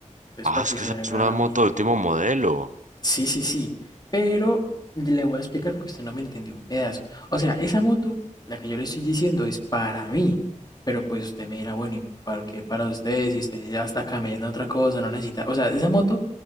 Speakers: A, on the left; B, on the right.
A: Entonces,
B: Ah,
A: para que
B: es
A: se
B: que esa
A: haga
B: es una moto
A: una idea.
B: de último modelo.
A: Sí, sí, sí. Pero le voy a explicar porque usted no me entendió un pedazo. O sea, esa moto, la que yo le estoy diciendo, es para mí. Pero pues usted me dirá, bueno, ¿y para qué para usted? Si usted ya está cambiando otra cosa, no necesita. O sea, esa moto